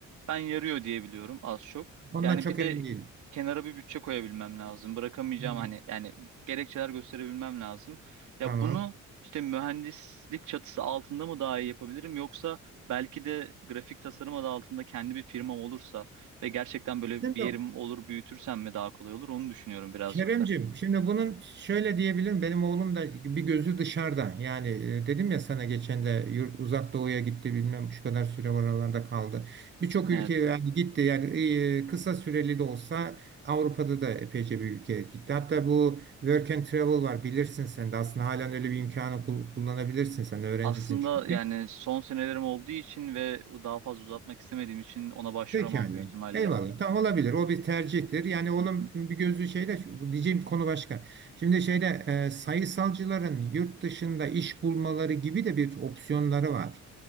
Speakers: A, on the right; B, on the right.
A: ben yarıyor diye biliyorum az çok.
B: ondan
A: Yani
B: çok
A: bir de
B: emin değilim.
A: kenara bir bütçe koyabilmem lazım. Bırakamayacağım
B: Hı,
A: hani yani gerekçeler gösterebilmem lazım. Ya
B: tamam.
A: bunu işte mühendislik çatısı altında mı daha iyi yapabilirim yoksa belki de grafik tasarım adı altında kendi bir firmam olursa ve gerçekten böyle
B: Şimdi
A: bir yerim olur büyütürsem mi daha kolay olur onu düşünüyorum birazcık
B: Keremcim,
A: da.
B: şimdi bunun şöyle diyebilirim. Benim oğlum da bir gözü dışarıda. Yani e, dedim ya sana geçen de yurt, uzak doğuya gitti bilmem şu kadar süre oralarda kaldı. Birçok
A: Evet.
B: ülke yani gitti. Yani e, kısa süreli de olsa Avrupa'da da epeyce bir ülke gitti. Hatta bu work and travel var bilirsin sen de. Aslında halen öyle bir imkanı kul- kullanabilirsin sen öğrencisin
A: Aslında
B: çünkü.
A: yani son senelerim olduğu için ve daha fazla uzatmak istemediğim için ona başvuramam
B: Pekala.
A: büyük ihtimalle.
B: Eyvallah. Tamam olabilir. O bir tercihtir. Yani oğlum
A: <laughs>
B: bir gözlü şeyde bu diyeceğim konu başka. Şimdi şeyde e, sayısalcıların yurt dışında iş bulmaları gibi de bir opsiyonları var.